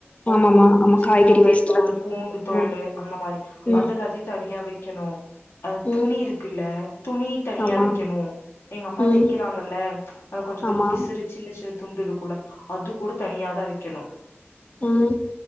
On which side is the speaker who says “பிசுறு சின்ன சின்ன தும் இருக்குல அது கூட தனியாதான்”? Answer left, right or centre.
Left